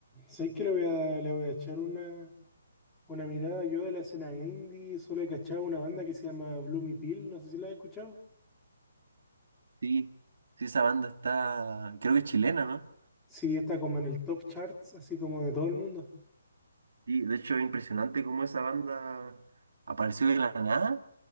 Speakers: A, in the centre; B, on the right.
A: Sé que le voy a, le voy a echar una, Una mirada, yo de la escena indie solo he cachado una banda que se llama Bloomy Pill, no sé si la has escuchado.
B: Sí, sí, esa banda está, creo que es chilena, ¿no?
A: Sí, está como en el top charts, así como de todo el mundo.
B: Sí, de hecho es impresionante cómo esa banda apareció de la nada